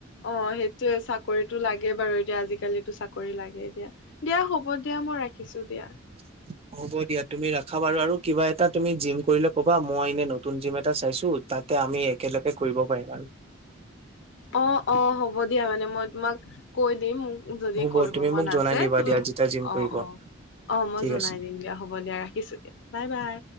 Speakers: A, on the left (about 60°); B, on the right (about 30°).
A: অঁ সেইটোৱে চাকৰিটো লাগে বাৰু এতিয়া আজিকালিতো চাকৰি লাগে এতিয়া। দিয়া হ'ব দিয়া মই ৰাখিছো দিয়া।
B: <inaudible> হ'ব দিয়া তুমি ৰাখা বাৰু আৰু কিবা এটা তুমি জিম কৰিলে কবা মই এনে নতুন জিম এটা চাইছো। তাতে আমি একেলগে কৰিব পাৰিম আৰু।
A: অঁ অঁ হ'ব দিয়া মানে মই তোমাক কৈ দিম। যদি
B: হ'ব
A: কৰিব
B: তুমি
A: মন
B: মোক জনাই
A: আছে,
B: দিবা
A: তুমি
B: দিয়া যেতিয়া জিম কৰিব
A: অঁ অঁ। অঁ মই
B: ঠিক
A: জনাই
B: আছে।
A: দিম দিয়া হ'ব দিয়া ৰাখিছো দিয়া বাই বাই।